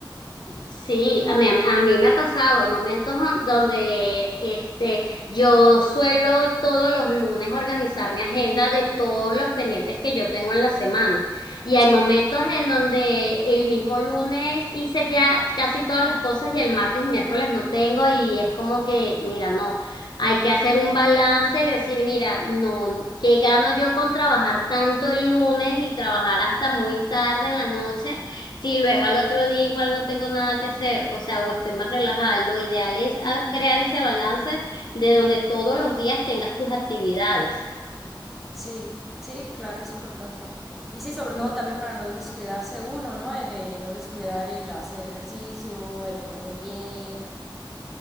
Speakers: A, on the left; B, in the centre.
A: Sí, a mí, a, mí a mí me ha pasado, hay momentos don- donde este, yo suelo todos los lunes organizar mi agenda de todos los pendientes que yo tengo en la semana. Y
B: Sí.
A: hay momentos en donde el mismo lunes hice ya casi todas las cosas y el martes y miércoles no tengo y es como que, mira, no, hay que hacer un balance y decir, mira, no, ¿qué gano yo con trabajar tanto el lunes y trabajar hasta muy tarde en la noche? Si luego al otro día igual no tengo nada que hacer, o sea, o estoy más relajada, lo ideal es ah, crear ese balance de donde todos los días tengas tus actividades.
B: Sí, sí, claro, es importante. Y sí, sobre
A: Mm.
B: todo también para no descuidarse uno, ¿no? Eh, De no descuidar el hacer ejercicio, el comer bien.